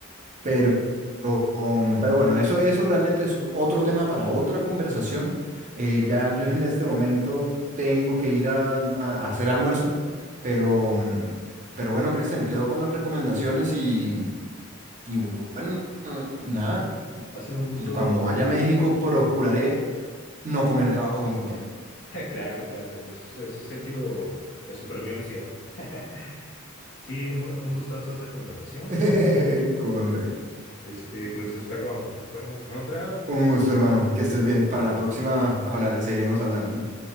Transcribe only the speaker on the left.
Ha sido un gusto.
<laughs>
Claro, claro, es, es sentido de supervivencia. <laughs> Sí, mu- un gustazo esta conversación.
Este, pues espero vernos en otra. Hasta
luego,
Pablo.